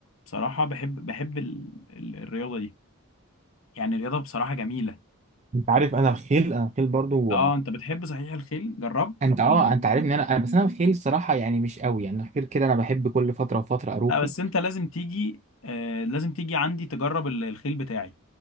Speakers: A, on the left; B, on the right.
A: بصراحة بحب بحب ال- ال- الرياضة دي يعني الرياضة بصراحة جميلة
B: أنت عارف أنا الخيل أنا الخيل برضو
A: اه انت بتحب صحيح الخيل جربت
B: أنت أه
A: مم.
B: أنت عارف إن أنا أنا- بس أنا الخيل الصراحة يعني مش قوي يعني الخيل كده أنا بحب كل فترة وفترة أروحه
A: لا بس انت لازم تيجي آه لازم تيجي عندي تجرب ال- الخيل بتاعي